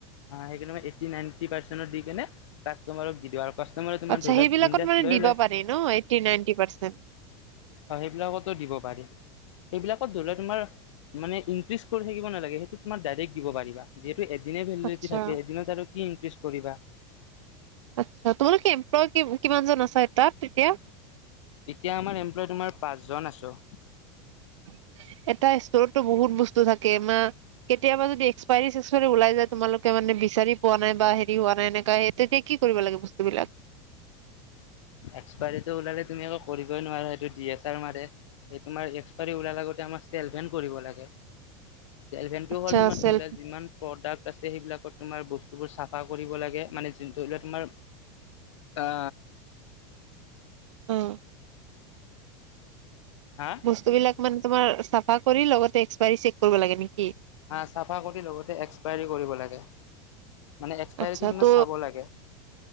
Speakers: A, on the left; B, on the right.
A: সেই মই এইটি নাইনটি পাৰ্চেন্ট দি কেনে কাষ্টমাৰক দি দিওঁ আৰু কাষ্টমাৰে তোমাৰ
B: আচ্ছা
A: ধৰি লোৱা
B: সেইবিলাকত
A: বিন্দাছ
B: মানে
A: লৈয়ে
B: দিবা
A: লয়
B: পাৰি ন এইটটি নাইনটি পাৰ্চেন্ট
A: অ সেইবিলাকতো দিব পাৰি সেইবিলাকত ধৰি তোমাৰ মানে ইনক্ৰিজ কৰি থাকিব নালাগে সেইটো তোমাৰ ডাইৰেক্ট দিব পাৰিবা যি এদিনে ভেলিডিটি
B: আচ্ছা
A: থাকে এদিনত আৰু কি ইনক্ৰিজ কৰিবা ।
B: আচ্ছা তোমাল কি এমপ্লয় কিমান জন আচা তাত এতিয়া।
A: এতিয়া আমাৰ এমপ্লয় তোমাৰ পাঁচ জন আছো।
B: <unintelligible> এটা ষ্ট'ৰতটো বহুত বস্তু থাকে মা কেতিয়াবা যদি এক্সপাইৰী চে্সপাই ওলাই যায় তোমালোকে মানে । বিচাৰি পোৱা নাই বা হেৰি হোৱা নাই এনেকা তেতিয়া কি কৰিব লাগে বস্তুবিলাক ।
A: এক্সপাইৰীটো ওলালে তুমি এককৌ কৰিবই নোৱাৰা সেইটো ডি এছ আৰ মাৰে স তোমাৰ এক্সপাইৰী ওলালে । আমাৰ চেলভেন কৰিব লাগে ।
B: <inaudible>
A: চেলভেণ্টো
B: আচ্ছা
A: হটো হল তোমাৰ
B: চেল্ফ
A: ধৰি লোৱা যিমান প্ৰডাক্ট । আছে সেইবিলাকত তোমাৰ বস্তুবোৰ চাফা কৰিব লাগে মানে যোন ধৰি লোৱা তোমাৰ অ
B: উম
A: হা
B: বস্তু বিলাক মানে তোমাৰ চাফা কৰি লগতে এক্সপাইৰী চেক কৰিব লাগে নেকি?
A: হা চাফা কৰি লগতে এক্সপাইৰী কৰিব লাগে । মানে এক্সপায়ৰীটো
B: আচ্ছা
A: তোমাৰ
B: ত'
A: চাব লাগে ।